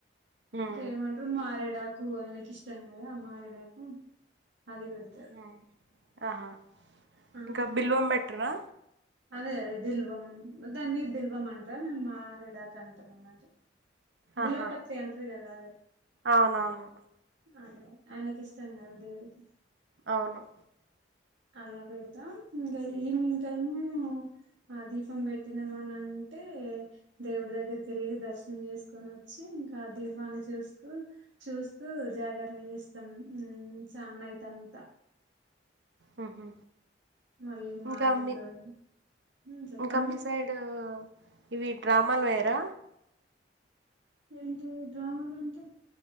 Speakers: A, on the right; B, on the right.
A: హ్మ్.
B: ఏమంటరు మారేడాకు ఆయనకి ఇష్టం కదా ఆ మారేడాకు అది పెడుత్
A: హ్మ్. ఆహా!
B: ఆ
A: ఇంకా బిల్వం పెట్టరా?
B: అదే అదే బిల్వం దాని మీద బిల్వం అంటాం మేము మారేడాక అంటాం అన్నమాట దిల్వపత్రి
A: ఆహా!
B: అంటారు కదా అదే
A: అవునవును.
B: అదే ఆయనకి ఇష్టం కదా దేవుడికి
A: అవును
B: అలా పెడతాం ఇంకా ఈవినింగ్ టైమ్ ఉమ్ ఆ దీపం పెట్టిమ నంటే దేవుడి దగ్గరికి వెళ్ళి దర్శనం చేసుకొని వచ్చి ఇంకా దీపాన్ని చూసుకో చూస్తూ జాగరణ చేస్తాం ఉమ్ చ నైట్ అంతా
A: మ్ హు హూ
B: మళ్ళీ మార్నింగ్
A: ఇంకా మీ
B: రోజు చెప్పండి
A: ఇంకా మీ సైడ్ ఇవి డ్రామాలు వేయరా?
B: ఏంటి డ్రామాలంటే?